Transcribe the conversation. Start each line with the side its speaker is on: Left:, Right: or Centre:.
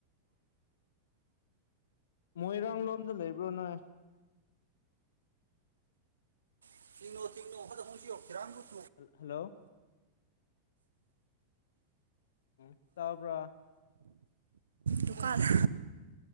Left: ꯃꯣꯏꯔꯥꯡ ꯂꯣꯝꯗ ꯂꯩꯕ꯭ꯔꯣ ꯅꯣꯏ
Right: ꯇꯣ ꯇꯅꯣꯣꯟꯁꯤ ꯈꯔ
Left: ꯦꯜ ꯍꯜꯂꯣ ꯎꯝ ꯇꯥꯕ꯭ꯔꯥ
Right: ꯇꯣꯛꯀꯗ